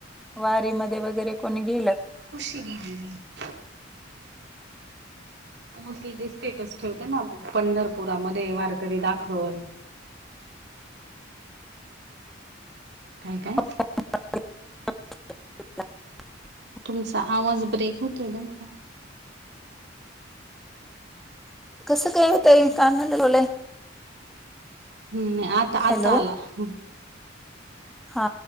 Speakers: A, in the centre; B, on the right.
A: वारी मध्ये वगैरे कोणी गेलं का?
B: ग <inaudible> मोजली ते स्टेटस ठेवते ना, पंढरपुरामध्ये वारकरी दाखल. काय काय
A: <inaudible>
B: तुमचा आवाज ब्रेक होतोय बरं का.
A: कसं काय हो ताई कानाला लवलंय,
B: हम्म आता आता
A: हॅलो
B: आला हम.
A: हा